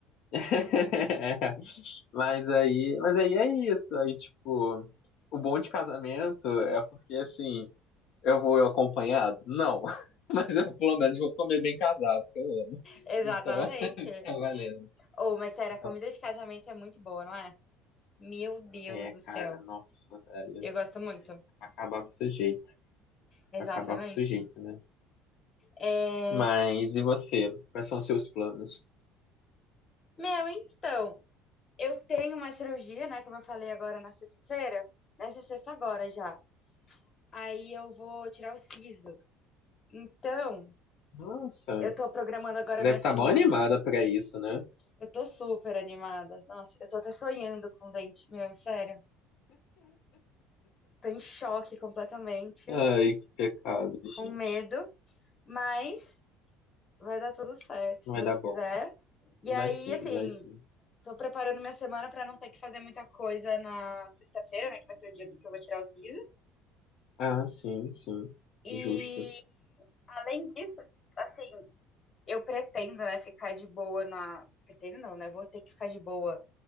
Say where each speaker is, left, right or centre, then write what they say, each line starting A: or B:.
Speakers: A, on the left; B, on the left.
A: <laughs> Mas aí, mas aí é isso. Aí, tipo, o bom de casamento é porque, assim, eu vou acompanhado? Não. <laughs> Mas eu pelo menos vou comer bem casado, que eu amo.
B: Exatamente.
A: Então, <laughs> tá valendo.
B: Ou, mas sério,
A: Só
B: a comida
A: faz-
B: de casamento é muito boa, não é? Meu Deus
A: É,
B: do
A: cara,
B: céu.
A: nossa, velho.
B: Eu gosto muito.
A: Acabar com o sujeito.
B: Exatamente.
A: Acabar com o sujeito, né?
B: É,
A: Mas e você? Quais são os seus planos?
B: Meu, então. Eu tenho uma cirurgia, né? Como eu falei agora na sexta-feira. Nessa sexta agora já. Aí eu vou tirar o siso. Então,
A: Nossa,
B: eu tô programando agora
A: você
B: a minha
A: deve
B: semana.
A: estar mal animada pra isso, né?
B: Eu tô super animada. Nossa, eu tô até sonhando com o dente meu, sério. Tô em choque completamente,
A: Ai, que pecado, gente.
B: com medo, mas vai dar tudo certo, se
A: Não vai
B: Deus
A: dar
B: quiser.
A: bom.
B: E
A: Vai
B: aí,
A: sim,
B: assim,
A: vai sim.
B: tô preparando minha semana pra não ter que fazer muita coisa na sexta-feira, né? Que vai ser o dia do que eu vou tirar o siso.
A: Ah, sim, sim.
B: E
A: Justo.
B: Além disso, assim, eu pretendo, né, ficar de boa na. Pretendo não, né? Vou ter que ficar de boa